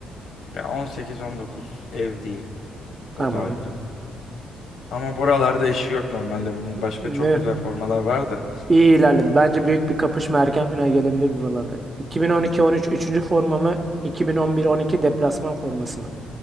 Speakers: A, on the left (about 80°); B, on the right (about 25°).
A: Ya on sekiz on dokuz ev diyeyim.
B: Tamam.
A: O daha güzel. Ama buralarda işi yok normalde bunun. Başka
B: Ne?
A: çok güzel formalar vardı.
B: İyi ilerledi. Bence büyük bir kapışma erken final gelebilir buralarda. 2012-13 üçüncü forma mı? 2011-12 deplasman forması mı?